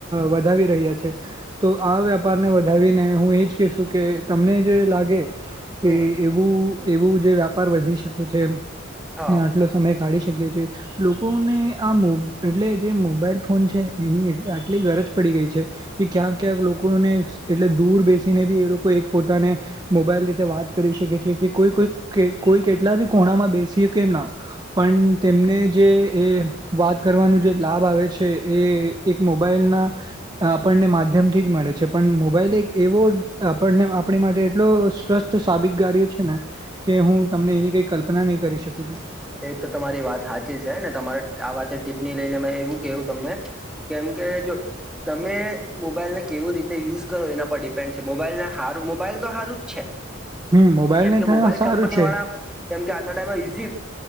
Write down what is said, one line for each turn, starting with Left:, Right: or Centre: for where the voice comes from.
Right: વધાવી રહ્યા છે તો આ વેપારને વધાવીને હું એ જ કહેશું કે તમને જે લાગે કે
Centre: હમ
Right: એવું એવું જે વ્યાપાર વધી શકે છે
Centre: હા
Right: ને આટલો સમય ટાળી શકીએ છીએ લોકોને આ મો એટલે જે મોબાઈલ ફોન છે એની આટલી ગરજ પડી ગઈ છે કે ક્યાંક ક્યાંક લોકો દૂર બેસીને બી એ લોકો એક પોતાને મોબાઈલ રીતે વાત કરી શકે છે કે કોઈ કોઈ કોઈ કેટલા બી ખુણામાં બેસી કે એમ ના પણ તેમને જે એ વાત કરવાનું જે લાભ આવે છે એ એક મોબાઈલ ના આપણને માધ્યમ થી જ મળે છે પણ મોબાઈલ એક એવો આપણને આપણી માટે એટલો સ્વસ્થ સાબિત કર્યો છે ને કે હું તમને એની કઈ કલ્પના નહી કરી શકું છું
Centre: એ તો તમારી વાત હાચી જ છે ને તમારે આ વાતની ટીપ્પણી લઈને મે એવું કેવું તમને કેમ કે જો તમે મોબાઈલને કેવું રીતે યુઝ કરો એના પર ડિપેન્ડ છે મોબાઈલ ને હ મોબાઈલ તો હારું જ છે
Right: હમ મોબાઈલ
Centre: કેમ
Right: ને
Centre: કે
Right: થ
Centre: મોબાઈલ
Right: સારું
Centre: કંપની
Right: છે
Centre: વાળા કેમકે આજના ટાઈમમાં ઈઝી